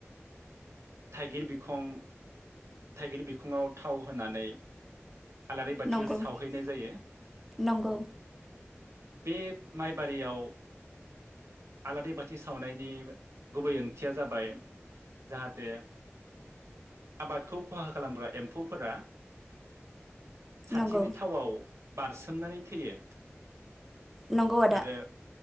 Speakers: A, on the right; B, in the centre.
A: थाइगिर बिखं थाइगिर बिखङाव थाव होनानै आलारि बाथि
B: नंगौ
A: सावहैनाय जायो।
B: नंगौ
A: बे माइबारियाव आलारि बाथि सावनायनि गुबै ओंथिया जाबाय जाहाथे आबादखौ खहा खालामग्रा एम्फौफोरा साथिनि
B: नंगौ
A: थावआव बारसोमनानै थैयो
B: नंगौ आदा
A: आरो